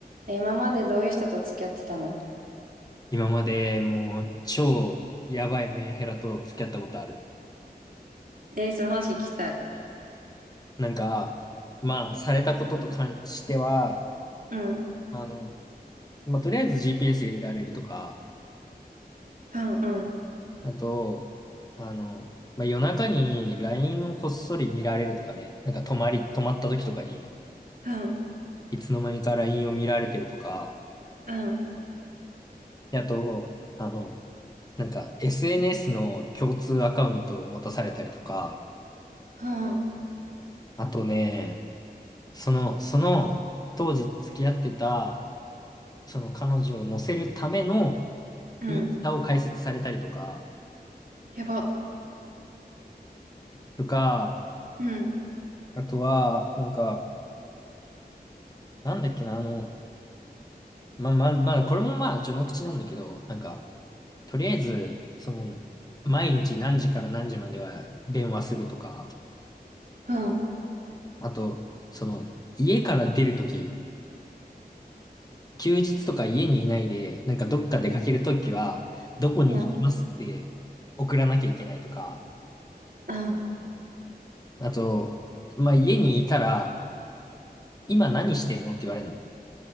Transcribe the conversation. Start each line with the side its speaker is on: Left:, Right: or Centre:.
Right: え、今までどういう人と付き合ってたの
Left: 今までもう超やばいメンヘラと付き合ったことある。
Right: えー、その話聞きたい。
Left: なんか、まあ、されたことと関しては、
Right: うん、
Left: あの、まあ、とりあえず GPS 入れられるとか、
Right: うん、うん、
Left: あと、あの、まあ、夜中に LINE をこっそり見られるとかね、なんか泊まり、泊まった時とかに、
Right: うん、
Left: いつの間にか LINE を見られてるとか、
Right: うん、
Left: であと、あの、なんか SNS の共通アカウントを持たされたりとか、
Right: うん、
Left: あとね、その、その、当時付き合ってた、その彼女を乗せるための
Right: うん、
Left: インスタを開設されたりとか、
Right: やば。
Left: とか、
Right: うん、
Left: あとは、なんか、なんだっけな、あの、ま、ま、まあ、これもまあ、序の口なんだけど、なんか、とりあえず、その、毎日何時から何時までは電話するとか、
Right: うん、
Left: あと、その、家から出るとき、休日とか家にいないで、なんかどっか出かけるときは、どこに行きますって送らなきゃいけないとか、
Right: うん、うん、
Left: あと、まあ、家にいたら、今何してんのって言われるの。